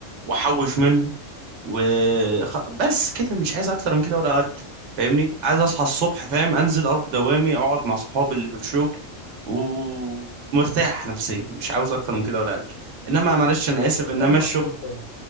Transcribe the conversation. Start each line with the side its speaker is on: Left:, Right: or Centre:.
Right: واحوش منه و خ- بس كده مش عايز اكتر من كده ولا اقل فاهمني عايز اصحى الصبح فاهم انزل اروح دوامي اقعد مع صحابي اللي في الشغل ومرتاح نفسيا مش عاوز اكتر من كده ولا اقل انما معلش
Left: هو
Right: انا اسف
Left: ده
Right: انما
Left: ده المطلوب
Right: الشغل
Left: فعلا